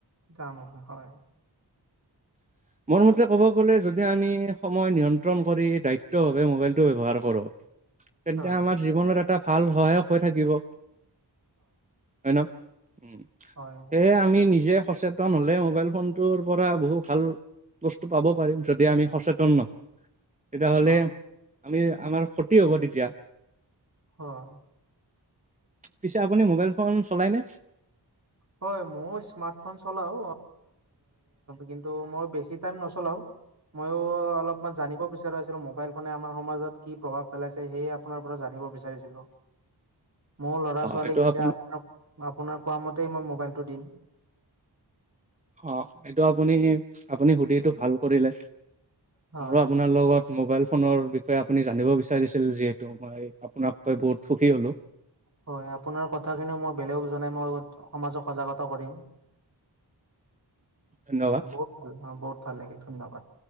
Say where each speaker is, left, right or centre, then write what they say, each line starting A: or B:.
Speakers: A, on the right; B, on the right.
A: জানোঁ, হয়,
B: <inaudible> মোৰ মতে ক'ব গ'লে যদি আমি সময় নিয়ন্ত্ৰণ কৰি দায়িত্বভাৱে মোবাইলটো ব্যৱহাৰ কৰোঁ তেন্তে
A: হয়
B: আমাৰ জীৱনত এটা ভাল সহায়ক হৈ থাকিব। হয় ন' উম,
A: হয়
B: সেয়ে আমি নিজে সচেতন হ'লে মোবাইল ফোনটোৰ পৰা বহু ভাল বস্তু পাব পাৰিম যদি আমি সচেতন ন তেতিয়াহ'লে
A: অ
B: আমি আমাৰ ক্ষতি হ'ব তেতিয়া।
A: হয়।
B: পিছে আপুনি মোবাইল ফোন চলাইনে?
A: হয়, মইও স্মাৰ্টফোন চলাওঁ কিন্তু মই বেছি টাইম নচলাওঁ। ময়ো অলপমান জানিব বিচৰা হৈছিল মোক। মোবাইল ফোনে আমাৰ সমাজত কি প্ৰভাৱ পেলাইছে সেয়ে আপোনাৰ পৰা জানিব বিচাৰিছিলোঁ। মোৰ ল'ৰা-ছোৱালীক
B: অ এইটো
A: এতিয়া
B: আপুনি
A: আপ- আপোনাক। কোৱামতেই মই মোবাইলটো দিম।
B: অ' এইটো আপুনি আপুনি সুধিটো ভাল কৰিলে।
A: হয়
B: মোৰো আপোনাৰ লগত মোবাইল ফোনৰ বিষয়ে আপুনি জানিব বিচাৰিছিল যিহেতু মই আপোনাক কৈ বহুত সুখী হ'লো।
A: হয়, আপোনাৰ কথাখিনিও মই বেলেগক জনাই মই লগ সমাজক সজাগতা কৰিম।
B: ধন্যবাদ।
A: হয়, বহুত ভাল অ' বহুত ভাল লাগিল। ধন্যবাদ!